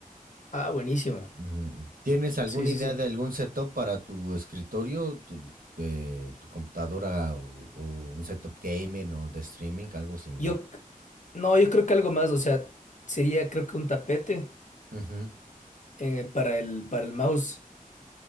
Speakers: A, on the left; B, on the right.
A: Ah, buenísimo.
B: Ujú. ¿Tienes alguna
A: Sí, sí,
B: idea
A: sí.
B: de algún setup para tu escritorio, tu, eh, tu computadora o, o un setup gamer o de streaming, algo similar?
A: Yo, c- no, yo creo que algo más, o sea, sería creo que un tapete
B: Ujú,
A: eh, para el, para el mouse,